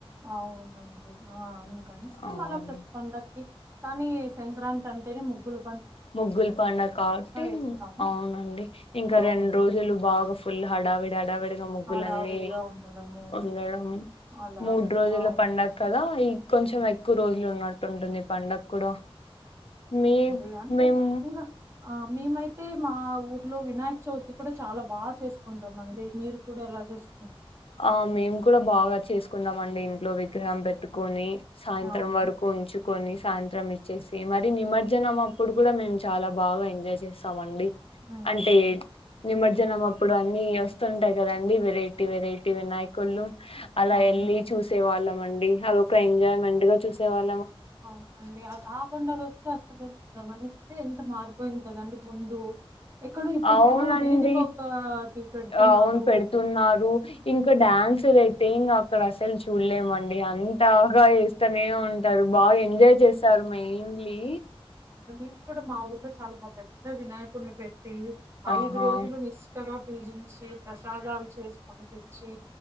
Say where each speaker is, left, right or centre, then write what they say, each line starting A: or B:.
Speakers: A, on the right (about 25°); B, on the left (about 70°).
A: అవునండి ఆ అందుకనేసి మేమ్
B: అవును
A: అలా ప్రతిపండకి కానీ సంక్రాంతి అంటేనె. ముగ్గులు
B: ముగ్గుల్ పండుగ కాబట్టి
A: ఏస్తాము.
B: అవునండి ఇంక
A: అవును
B: రెండు రోజులు బాగ ఫుల్ హడావి కొత్తగా ముగ్గులన్నీ
A: హడావిడిగా ఉండడము
B: వండడం
A: అలాగా
B: మూడ్ రోజుల
A: అవును.
B: పండుగ కదా ఈ కొంచెం ఎక్కువ రోజులు ఉన్నట్టుంటుంది పండగ కూడ మీ
A: ఇగ అంతే
B: మేము
A: ఇంగో ఆ మేమైతే మా ఊర్లో వినాయక్ చవితి కూడ చాల బాగా చేసుకుంటాం అండి మీరు కూడా ఎలా చేసు
B: ఆ మేము కూడ బాగా చేసుకుందామండి ఇంట్లో విగ్రహం పెట్టుకొని సాయంత్రం
A: అవునా
B: వరకు ఉంచుకొని సాయంత్రం ఇచ్చేసి మరి నిమర్జనం అప్పుడు కూడ మేము చాల బాగ ఎంజాయ్ చేస్తామ అండి
A: హ్మ్
B: అంటే నిమర్జనం అప్పుడు అన్ని వస్తుంటాయి కదండి వెరైటీ వెరైటీ టి వినాయకుల్లు అలా
A: అవునండి.
B: వెళ్ళి చూసే వాళ్ళం అండి అదిొ ఒక ఎంజాయ్మెంట్ గా చూసే వాళ్ళ
A: అవునండి అ ఆ పండగ కూడా అసలుమనిస్త అతే ఎంత మారిపోయింది కదండి ముందు ఎక్కడో ఇప్పుడు
B: అవునండి
A: బాగా వీధికొకటి పెడుతున్నారు.
B: అవును పెడుతున్నారు ఇంక డ్యాన్స్ వే తేంగా అక్కడ అసలు చూడ్లేమండి అంతగా వేస్తనే ఉంటారు బాగాఎంజాయ్ చేస్తారు మెయిన్లీ
A: మేమ్ కూడ మా ఊర్లో చాల బా పెద్ద వినాయకుడ్ని పెట్టి
B: ఆహా
A: ఐదు రోజులు నిష్టగా పూజించి ప్రసాదాలు చేసి పనిపించి